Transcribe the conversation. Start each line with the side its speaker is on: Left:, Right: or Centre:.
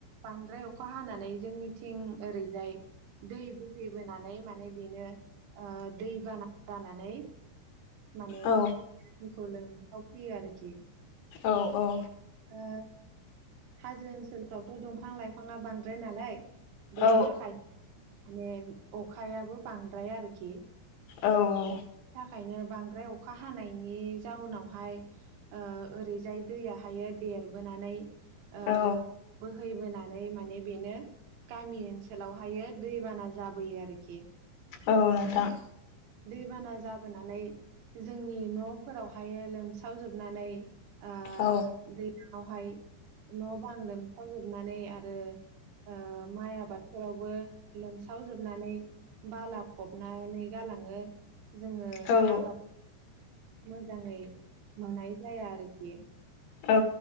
Right: बांद्राय अखा हानानै जोंनिथिं ओरैजाय दै बोहैबोनानै माने बेनो ओ दै बाना जानानै माने
Left: औ
Right: बेखौ लोमफाव फैयो आरोखि
Left: औ औ।
Right: ओ हाजो ओनसोलफ्रावथ' दंफां लाइफाङा बांद्राय नालाय। बेनि
Left: औ
Right: थाखाय माने अखायाबो बांद्राय आरोखि
Left: औ औ।
Right: खायनो बांद्राय अखा हानायनि जाउनावहाय ओह ओरैजाय दैया थायो देरबोनानै ओह
Left: औ
Right: बोहैबोनानै माने बेनो गामि ओनसोलावहाय दैबाना जाबोयो आरोखि
Left: औ नोंथां।
Right: बाना जाबोनानै जोंनि न'फोरावहाय लोमसावजोबनानै ओह
Left: औ
Right: दैलां आवहाय न' बां लोमखाव जोबनानै आरो ओ माइ आबादफोरावबो लोमसावजोबनानै बालाब गबनानै गालाङो जोङो
Left: औ
Right: आबाद मोजाङै मोननाय जाया आरोखि
Left: औ।